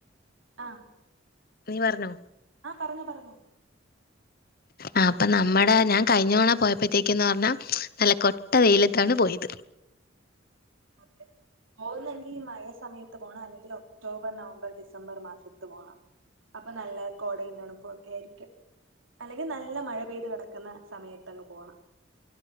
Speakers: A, on the right; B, on the left.
A: അ
B: നീ പറഞ്ഞോ
A: ആ പറഞ്ഞു പറഞ്ഞു
B: ആ അപ്പോ നമ്മടെ ഞാൻ കഴിഞ്ഞതവണ പോയപ്പോത്തേക്കന്ന് പറഞ്ഞാ നല്ല കോട്ട വെയിലത്താണ് പോയത്
A: അതെ പോകുന്നെങ്കിൽ ഈ മഴയ സമയത്ത് പോണം അല്ലെങ്കിൽ ഒക്ടോബർ നവംബർ ഡിസംബർ മാസത്ത് പോണം അപ്പോ നല്ല കോടയും തണുപ്പും ഒക്കെ ആയിരിക്കും അല്ലെങ്കിൽ നല്ല മഴ പെയ്ത് കിടക്കുന്ന സമയത്തങ്ങ് പോണം